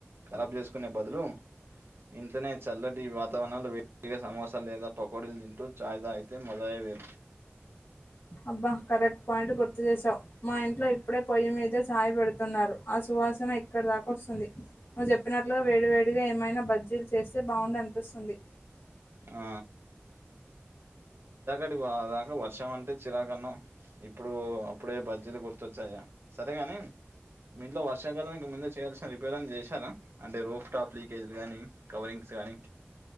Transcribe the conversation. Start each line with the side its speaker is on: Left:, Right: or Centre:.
Right: కరాబ్ చేసుకునే బదులు ఇంట్లోనే చల్లటి వాతావరణంలో వేడిగా సమోసా లేదా పకోడీలు తింటూ చాయితాగుతే మజాయ్ వేరు
Left: అబ్బా కరెక్ట్ పోయింట్ గుర్తు చేసావ్ మా ఇంట్లో ఇప్పుడే పొయ్యి మీద ఛాయ పెడుతున్నారు. ఆ సువాసన ఇక్కడ దాకా వస్తుంది నువ్ చెప్పిన ట్లో వేడివేడిగా ఏమైనా బజ్జీలు చేస్తే బావుండ అనిపిస్తుంది.
Right: ఆ ట్లి వా దాకా వర్షం అంటే చిరాకన్నం ఇప్పుడు అప్పుడే బుజ్జిలు గుర్తొచ్చాయా సరేగాని మ్ మీంట్లో వర్షాకాలానికి ముందే చేయాల్సిన రిపేర్ అని చేశారా అంటే రోఫ్ టాప్ లీకేజ్లు గానీ కవరింగ్ కాని